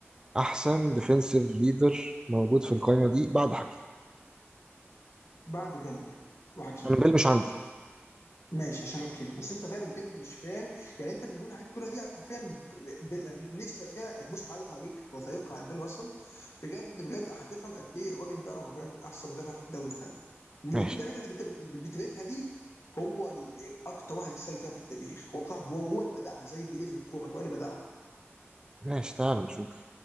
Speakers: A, on the right (about 15°); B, on the left (about 75°).
A: أحسن ديفنسيف ليدر موجود في القايمة دي بعد حكيم
B: بعد بيل وحكيم
A: أنا بيل مش عندي
B: ماشي عشان اوكي بس انت فاهم بجد انت مش فاهم يعني انت من ضمن الحاجات اللي بتقولها دي حرفيا ب- ب- نفسي بعد كده تبص تعالى وتعبيك وثائقي عن بيل واسل بجد بجد هتفهم قد ايه الراجل ده هو فعلا احسن مدافع في الدوري فاهم لان
A: ماشي
B: كل الحاجات اللي انت بت- بت- بتبيتها دي هو ال- اكتر واحد اكسل فيها في التاريخ وأكتر واحد- وهو اللي بداها زي بيليه في الكوره هو اللي بداها
A: ماشي تعال نشوف